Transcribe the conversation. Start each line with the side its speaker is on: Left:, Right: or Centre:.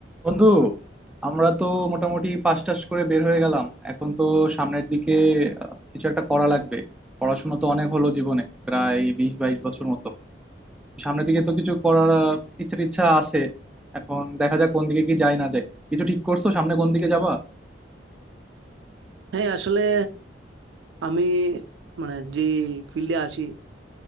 Centre: বন্ধু আমরা তো মোটামুটি পাশ টাশ করে বের হয়ে গেলাম এখন তো সামনের দিকে আহ, কিছু একটা করা লাগবে পড়াশোনা তো অনেক হলো জীবনে প্রায় বিশ বাইশ বছর মতো সামনের দিকে তো কিছু করার ইচ্ছা টিচ্ছা আছে এখন দেখা যাক কোন দিকে কি যায় না যায় কিছু ঠিক করছো সামনে কোন দিকে যাবা
Right: হ্যাঁ আসলে আমি মানে যে ফিল্ডে আছি